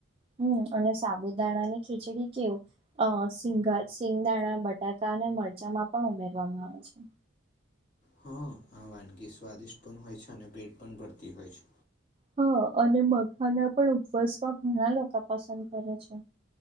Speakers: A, on the right (about 25°); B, on the left (about 40°).
A: હમ્મ અને સાબુદાણાની ખીચડી કેવું અહ સિંગ સિંગદાણા બટ બટાકા અને મરચામાં પણ ઉમેરવામાં આવે છે.
B: હા, આ વાનગી સ્વાદિષ્ટ પણ હોય છે અને પેટ પણ ભરતી હોય છે.
A: હા અને મઘા ના પણ ઉપવાસવા ઘણા લોકો પસંદ કરે છે